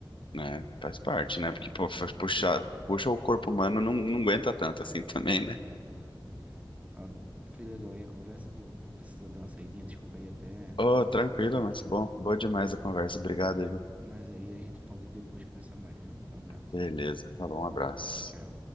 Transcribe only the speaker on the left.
É, faz parte, né?
Porque pô, faz puxar, puxa o corpo humano não, não aguenta tanto assim <laughs> também,
né?
Oh,
tranquilo,
mas bom, boa demais a conversa. Obrigado, aí, viu?
Beleza. Falou, um abraço.